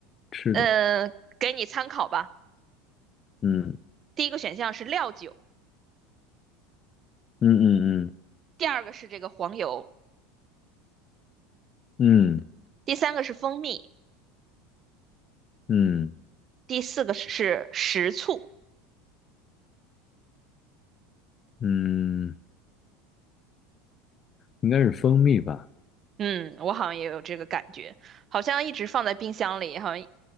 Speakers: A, on the left; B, on the right.
A: 吃的，
B: 嗯，给你参考吧。
A: 嗯
B: 第一个选项是料酒，
A: 嗯嗯
B: 第二个是这个黄油，
A: 嗯
B: 第三个是蜂蜜，
A: 嗯嗯
B: 第四个是食醋。
A: 嗯，应该是蜂蜜吧。
B: 嗯，我好像也有这个感觉，好像一直放在冰箱里，好像